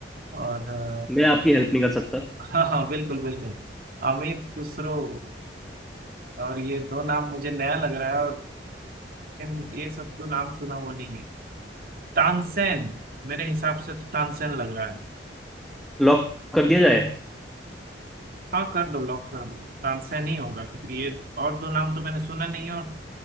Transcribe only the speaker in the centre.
मैं आपकी
हेल्प नहीं कर सकता
लॉक कर दिया जाए